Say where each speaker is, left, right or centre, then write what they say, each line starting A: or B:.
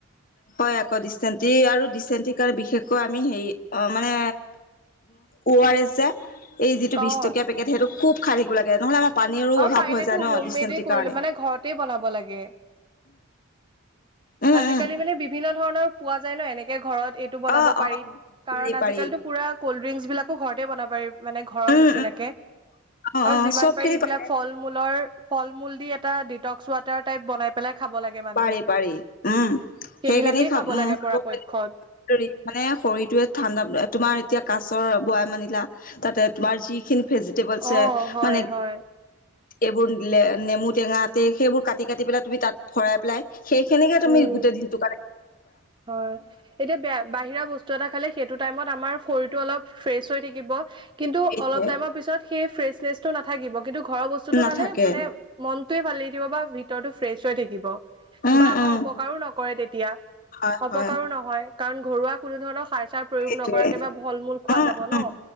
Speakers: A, on the left (about 40°); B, on the right (about 20°).
A: হয় আকৌ দিচেন্টেৰী আৰু দিচেন্টেৰী কাৰণে বিশেষকৈ আমি হেৰি অ মানে অ আৰ এছ যে এই যিটো বিছ
B: অ
A: টকীয়া পেকেট সেইটো খুব খাই থাকিব লাগে নহলে আমাক পানীৰো
B: আৰু
A: অভাৱ
B: পাৰিলেতো
A: হৈ যায় ন
B: হোম
A: দিচেন্টি
B: মেডে কৰিলে
A: কাৰণে
B: মানে ঘৰতে বনাব লাগে
A: উম
B: আজিকালি মানে বিভিন্ন ধৰণৰ পোৱা যায় ন এনেকে ঘৰত এইটো বনাব
A: অ
B: পাৰি
A: অ
B: কাৰণ
A: পাৰি
B: আজিকালিতো
A: পাৰি
B: পুৰা ক'ল্ড ড্ৰিংকছ বিলাকো ঘৰতে বনাব পাৰি। মানে ঘৰৰ
A: উম
B: নিচিনাকে
A: উম অ
B: আৰু
A: অ
B: যিমান
A: চব খিনি
B: পাৰি এইবিলাক
A: পাৰে
B: ফল মূলৰ ফল মূল দি এটা ডিটক্স ৱাটাৰ টাইপ বনাই পেলাই খাব লাগে মানুহে।
A: পাৰি পাৰি উম
B: সেইবিলাকেই
A: সেইখিনি খাব উ
B: লাগে
A: খাব
B: পৰাপক্ষত
A: লাগে। হেৰিত মানে শৰীৰটোৱে ঠাণ্ডা তোমাৰ এতিয়া কাছৰ বঢ়াই মানিলা তাতে তোমাৰ যিখিনি ভেজিটবল আছে
B: অ হয়
A: মানে
B: হয়
A: এইবোৰ নেমু টেঙা সেইবোৰ কাটি কাটি পেলাই তুমি তাত ভৰাই পেলাই। সেইখিনিকে তুমি
B: উম
A: গোটেই দিনটো কৰাই।
B: হয় এতিয়া বাহিৰ বস্তু এটা খলে হেটো টাইমত আমাৰ শৰীৰৰটো অলপ ফেইছ থৈ থাকিব কিন্তু
A: সেইটোৱে
B: অলপ তাইম পিছত সেই ফ্ৰছে নেছ নাথাকিব। কিন্তু ঘৰৰ বস্তুতটো
A: নাথাকে
B: খালে মানে মনটোয়ে ভাল লি থাকিব বা ভিতৰতো ফ্ৰেছ হৈ থাকিব
A: উম
B: বা আমাৰ
A: উম
B: অপকাৰো নকৰে তেতিয়া।
A: হয়
B: অপকাৰো
A: হয়
B: নহয়, কাৰণ ঘৰুৱা কোনো ধৰণৰ সাৰ চাৰ প্ৰয়োগ
A: সেইটোৱে
B: নকৰাকে বা ফল মূল খোৱা
A: উম
B: যাব
A: উম
B: ন।